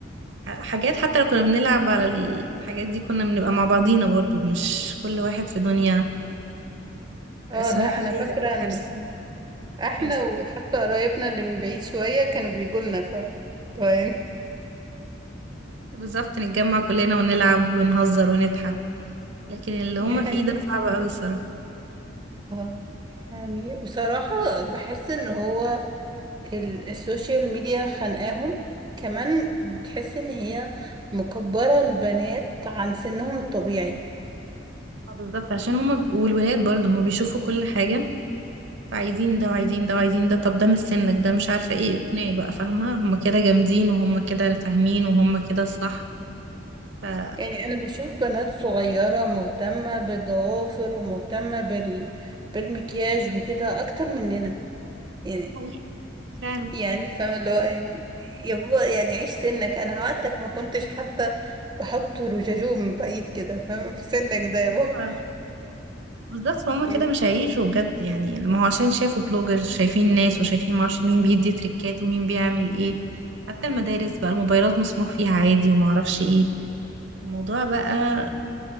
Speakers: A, on the right; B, on the right.
A: حاجات حتى لو كنا بنلعب على الحاجات دي كنا بنبقى مع بعضينا برضو مش كل واحد في دنيا
B: اه
A: لا، الصراحة
B: لا انا
A: هي
B: فاكره
A: كارثة
B: ان يعني احنا
A: كارثة
B: وحتى
A: بجد
B: قرايبنا اللي من بعيد شويه كانوا بيجوا لنا فاهمه طيب يعني
A: بالظبط نتجمع كلنا ونلعب ونهزر ونضحك لكن اللي هما
B: <laughs> دي حقيقه
A: فيه ده صعب قوي الصراحة
B: اه يعني بصراحه بحس ان هو ال- السوشيال ميديا خانقاهم كمان بتحس ان هي مكبره البنات عن سنهم الطبيعي
A: آه بالظبط عشان هما والولاد برضو هما بيشوفوا كل حاجة فعايزين ده وعايزين ده وعايزين ده طب ده مش سنك ده مش عارفة ايه اقنعي بقى فاهمة هما كده جامدين وهما كده فاهمين وهما كده الصح ف ده
B: يعني انا بشوف بنات صغيرة مهتمة بالضوافر ومهتمة بال... بالمكياج وكده اكتر مننا يعني
A: حقيقي فعلا
B: يعني فاهمة اللي هو يعني يا بابا يعني عيش سنك انا وقتك ما كنتش حتى بحط رجاجوم من بعيد كده فاهمة في سنك ده يا بابا
A: ف- بالظبط فهم
B: <laughs> يعني
A: كده مش هيعيشوا بجد يعني ما هو عشان شافوا بلوجرز شايفين ناس وشايفين معرفش مين بيدي تريكات ومين بيعمل ايه حتى المدارس بقى الموبايلات مسموح فيها عادي ومعرفش ايه الموضوع بقى